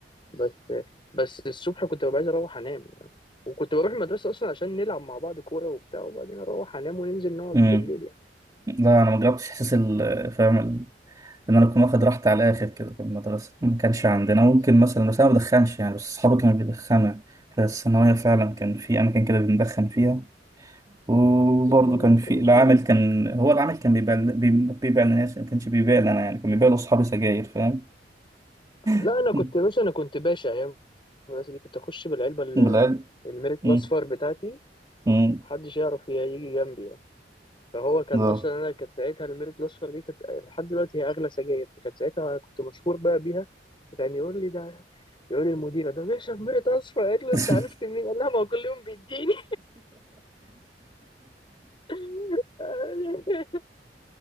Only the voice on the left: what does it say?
بس بس الصبح كنت ببقى عايز اروح انام وكنت بروح المدرسه اصلا عشان نلعب مع بعض كوره وبتاع وبعدين اروح انام وننزل نقعد
بالليل يعني
الدنيا
كانت
ايزي
لا
انا كنت باشا انا كنت باشا ايام بس دي كنت اخش بالعلبه ال-
الميريت
الاصفر بتاعتي
محدش يعرف ي- يجي جنبي يعني فهو كان
اصلا انا كانت ساعتها الميريت الاصفر دي كانت لحد دلوقتي هي اغلى سجاير فكانت ساعتها كنت مشهور بقى بيها وكان يقول لي ده يقول لي المديره ده بيشرب ميريت اصفر قالت له
انت عرفت منين قال لها ما هو كل يوم بيديني <laughs>